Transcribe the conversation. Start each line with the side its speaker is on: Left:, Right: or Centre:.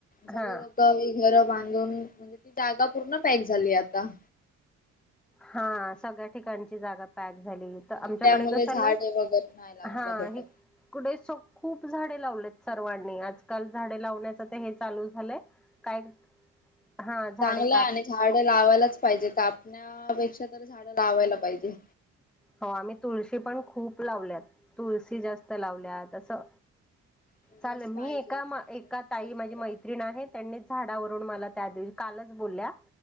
Left: सगळे
Centre: हा
Left: लोक ही घर बां धून म्हणजे ती जागा पूर्ण पॅक झाली आता.
Centre: हा सगळ्या ठिकाणची जागा पॅक झाली
Left: म्हणून
Centre: आमच्याकडे
Left: त्यामुळे
Centre: कस
Left: झाडे
Centre: आलं
Left: वगैरे नाही लावायला
Centre: हा
Left: भेटत.
Centre: इकडे स खूप झाडे लावलेत सर्वांनी आजकाल झाडे लावण्याचा ते हेच. लय झाल काय हा झाडे
Left: चांगलंय
Centre: काप
Left: आणि झाड लावायलाच पाहिजे कापण्यापेक्षा. तर झाडं लावायला पाहिजे.
Centre: हो, आम्ही तुळशी पण खूप लावल्यात तुळशी जास्त लावल्या तसं
Left: फुलंच
Centre: ताल मी
Left: पाहिजे
Centre: एका
Left: चांगले
Centre: एका ताई
Left: पवित्र
Centre: माझी मैत्रीण आहे, त्यांनी झाडावर त्या दिवशी कालच बोलल्या